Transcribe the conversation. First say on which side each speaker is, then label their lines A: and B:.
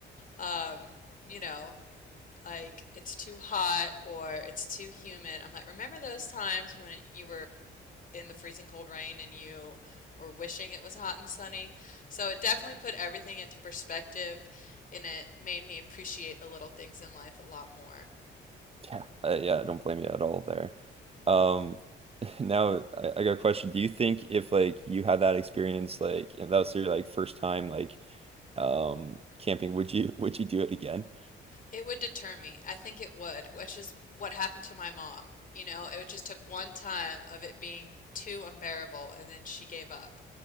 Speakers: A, on the left (about 45°); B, on the right (about 30°).
A: um, you know, like it's too hot or it's too humid. I'm like, remember those times when you were in the freezing cold rain and you were wishing it was hot and sunny. So it definitely put everything into perspective and it made me appreciate the little things in life a lot more.
B: Yeah, uh, yeah, don't blame you at all there. Um, <laughs> now I, I got a question. Do you think if like you had that experience, like and that was your like first time like um camping, would you <laughs> would you do it again?
A: It would deter me. I think it would, which is what happened to my mom. You know, it just took one time of it being too unbearable and then she gave up.